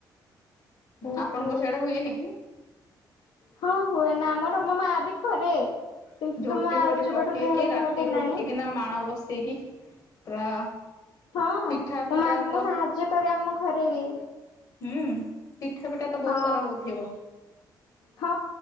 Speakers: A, on the left (about 80°); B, on the left (about 45°).
A: ଓହୋ।
B: ଆପଣଙ୍କ ସିଆଡେ ହୁଏନି କି?
A: ହଁ ହୁଏ ନା ଆମର ମୋ ମା ବି କରେ। କିନ୍ତୁ
B: ଝୋଟି
A: ତୋ ମାଆର
B: ଫୋଟି
A: ଯେବେଠୁ
B: ପକେଇକି
A: ଦେହ ଖରାପ
B: ରାତିରୁ
A: ହେଲାଣି
B: ଉଠିକିନା ମାଣ ବସେଇକି। ପୁରା
A: ହଁ
B: ପିଠା
A: ମୋ
B: ପିଠା
A: ମାଙ୍କୁ
B: କ
A: ମୁଁ ସାହାଯ୍ୟ କରେ ଆମ ଘରେ ବି।
B: ହୁଁ। ପିଠା ପିଠା ତ ବହୁତ
A: ହଁ
B: ସାରା ହଉଥିବ।
A: ହଁ